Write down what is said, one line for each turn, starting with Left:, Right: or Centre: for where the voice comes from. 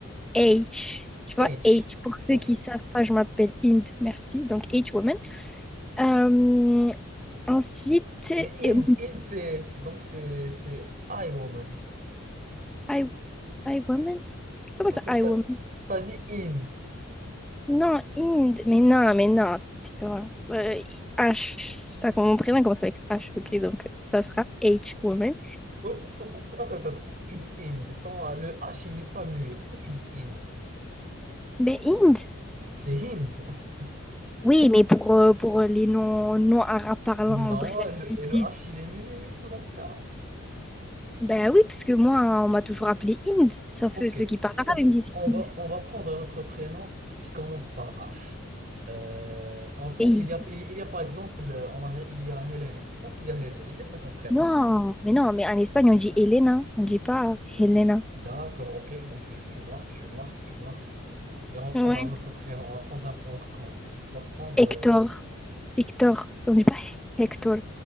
Centre: H. Tu
Right: H,
Centre: vois, H. Pour ceux
Right: ok.
Centre: qui savent pas, je m'appelle Int. Merci. Donc, H-Woman. Euh, ensuite,
Right: Mais Inde,
Centre: euh,
Right: Inde, c'est c'est- donc c'est c'est I woman.
Centre: I, I Woman? Comment
Right: Parce
Centre: ça,
Right: que
Centre: I
Right: t'as
Centre: Woman?
Right: as dit Inde.
Centre: Non, Inde. Mais non, mais non. tais-toi. Euh, H. T'as comme mon prénom commence avec H, ok, donc ça sera H, woman.
Right: Oh, Pourquoi, pourquoi, attends, attends, pourquoi tu dis Inde? Tant, le H il n'est pas muet. Pourquoi tu dis Inde?
Centre: Mais Inde.
Right: C'est Hind. <laughs>
Centre: Oui, mais pour, euh, pour les non, non arabes parlants,
Right: Non,
Centre: bref,
Right: et le,
Centre: ils
Right: et le
Centre: disent-
Right: H il est muet du coup dans ce cas-là.
Centre: Ben oui, parce que moi, on m'a toujours appelé Inde, sauf
Right: Ok,
Centre: euh, ceux qui parlent
Right: on
Centre: arabe,
Right: va,
Centre: ils me disent
Right: on va,
Centre: Inde.
Right: on va prendre un autre prénom qui commence par H. Euh, on prend,
Centre: Et ils
Right: il y
Centre: disent,
Right: a, il y il y a par exemple euh, en Amérique, il y a Helena. Je pense qu'il y a, Hel- il y a ça comme prénom,
Centre: non,
Right: non?
Centre: mais non, mais en Espagne, on dit Elena, on dit pas Helena.
Right: D'accord, ok, donc tu, tu marques, tu marques, tu marques. Et on va
Centre: Ouais.
Right: prendre un autre prénom. On va prendre un un autre prénom. On va prendre
Centre: Hector.
Right: euh,
Centre: Hector, on dit pas Hector,